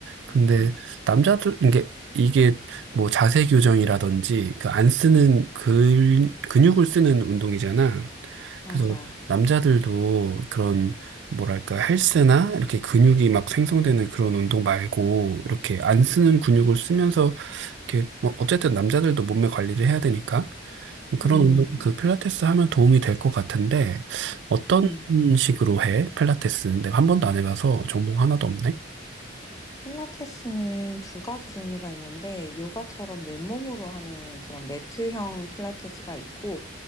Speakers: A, on the right; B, on the left.
A: 근데
B: 음,
A: 남자들 이게 이게 뭐 자세 교정이라든지 그 안 쓰는 근 근육을 쓰는 운동이잖아.
B: 맞아.
A: 그래서 남자들도 그런 뭐랄까 헬스나 이렇게 근육이 막 생성되는 그런 운동 말고 이렇게 안 쓰는 근육을 쓰면서 이렇게 뭐 어쨌든 남자들도 몸매 관리를 해야 되니까 그런
B: 음,
A: 운동 그 필라테스 하면 도움이 될 것 같은데 어떤
B: 음.
A: 식으로 해? 필라테스 내가 한 번도 안 해봐서 정보 하나도 없네.
B: 필라테스는 두 가지 종류가 있는데, 요가처럼 맨몸으로 하는 그런 매트형 필라테스가 있고,